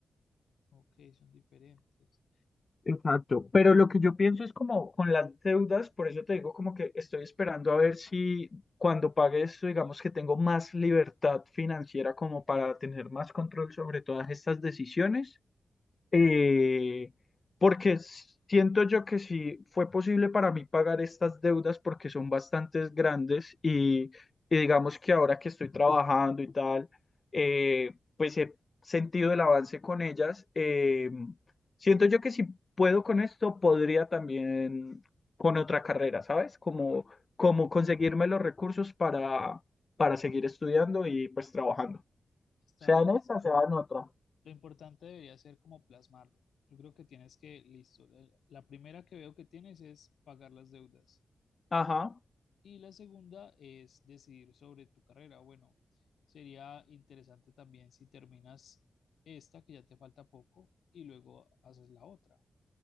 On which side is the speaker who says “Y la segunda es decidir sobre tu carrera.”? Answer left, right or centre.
Left